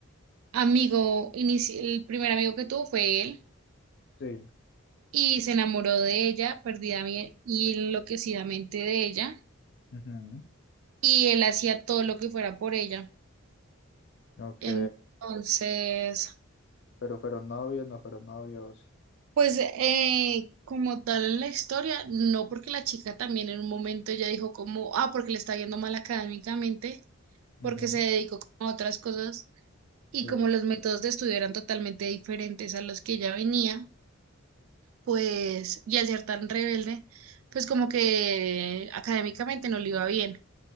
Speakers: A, on the right; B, on the left.
A: amigo, inici- el primer amigo que tuvo fue él
B: sí.
A: y se enamoró de ella perdida y enloquecidamente de ella
B: ujú,
A: y él hacía todo lo que fuera por ella.
B: Ok,
A: Entonces,
B: pero fueron novios, no fueron novios.
A: Pues eh, como tal la historia, no porque la chica también en un momento ya dijo como, ah, porque le está yendo mal académicamente,
B: Ujú,
A: porque se dedicó como a otras cosas y
B: Sí,
A: como los métodos de estudio eran totalmente diferentes a los que ella venía, pues, y al ser tan rebelde, pues como que académicamente no le iba bien.